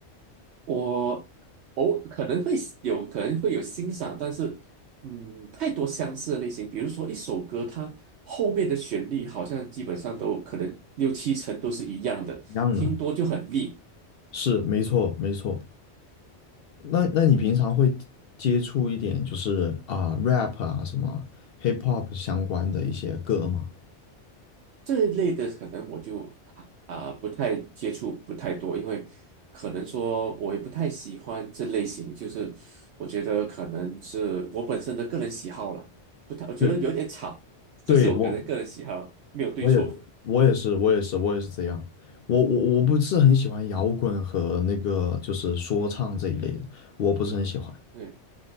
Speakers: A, on the right; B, on the left.
A: 我偶可能会喜有可能会有欣赏，但是嗯，太多相似的类型，比如说一首歌，它后面的旋律好像基本上都可能六七成都是一样的，
B: 一样的，
A: 听多就很腻。
B: 是没错没错。那那你平常会接触一点就是啊 rap 啊什么 hip hop 相关的一些歌吗？
A: 这一类的可能我就啊、不太接触，不太多，因为可能说我也不太喜欢这类型，就是我觉得可能是我本身的个人喜好了，不太，我觉得有点吵，
B: 对，
A: 这是我个人个人喜好，
B: 对，我。
A: 没有对错。
B: 我也我也是我也是我也是这样，我我我不是很喜欢摇滚和那个就是说唱这一类的，我不是很喜欢。
A: 对。